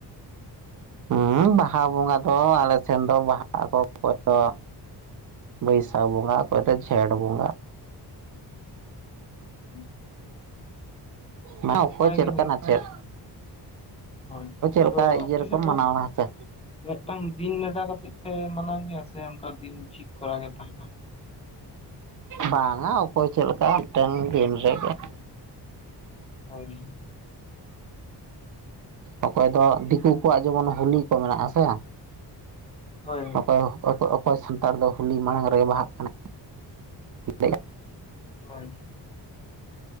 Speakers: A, on the right (about 50°); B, on the left (about 15°).
A: ᱦᱮᱸ ᱵᱟᱦᱟ ᱵᱚᱸᱜᱟ ᱫᱚ ᱟᱞᱮ ᱥᱮᱱ ᱫᱚ ᱵᱟᱦᱟ ᱚᱠᱚᱭ ᱫᱚ ᱵᱟᱹᱭᱥᱟᱠᱷ ᱵᱚᱸᱜᱟ ᱚᱠᱚᱭ ᱡᱷᱮᱴ ᱵᱚᱸᱜᱟ
B: ᱦᱳᱭ
A: ᱢᱟ ᱚᱠᱚᱭ ᱪᱮᱫ
B: ᱜᱮ ᱦᱩᱭᱩᱜ
A: ᱠᱟᱱᱟ ᱪᱮᱫ?
B: ᱦᱳᱭ
A: ᱞᱮᱠᱟ
B: ᱟᱫᱚ
A: ᱤᱭᱟᱹ
B: ᱟᱯᱮ
A: ᱨᱮᱠᱚ
B: ᱥᱮᱫ
A: ᱢᱟᱱᱟᱣᱟ
B: ᱫᱚ
A: ᱦᱮᱸ ᱥᱮ
B: ᱢᱤᱫᱴᱟᱝ ᱫᱤᱱ ᱱᱮᱰᱟ ᱠᱟᱛᱮᱜ ᱯᱮ ᱢᱟᱱᱟᱣ ᱢᱮᱭᱟ ᱥᱮ ᱚᱱᱠᱟ ᱫᱤᱱ ᱴᱷᱤᱠ ᱠᱚᱨᱟ ᱜᱮ ᱛᱟᱦᱮᱱᱟ ᱾
A: ᱵᱟᱝᱟ ᱚᱠᱚᱭ ᱪᱮᱫ ᱞᱮᱠᱟ ᱢᱤᱫᱴᱟᱝ ᱫᱤᱱ ᱨᱮᱜᱮ ᱾
B: ᱦᱳᱭ
A: ᱚᱠᱚᱭ ᱫᱚ ᱫᱤᱠᱩ ᱠᱚᱣᱟᱜ ᱡᱮᱢᱚᱱ ᱦᱳᱞᱤ ᱠᱚ ᱢᱮᱱᱟᱜ ᱥᱮ
B: ᱦᱳᱭ
A: ᱚᱠᱚᱭ ᱚᱠᱚᱭ ᱚᱠᱚᱭ ᱥᱟᱱᱛᱟᱲ ᱫᱚ ᱦᱳᱞᱤ ᱢᱟᱲᱟᱝ ᱨᱮᱜᱮ ᱵᱟᱦᱟᱜ ᱠᱟᱱᱟ ᱾ <inaudible>
B: ᱦᱳᱭ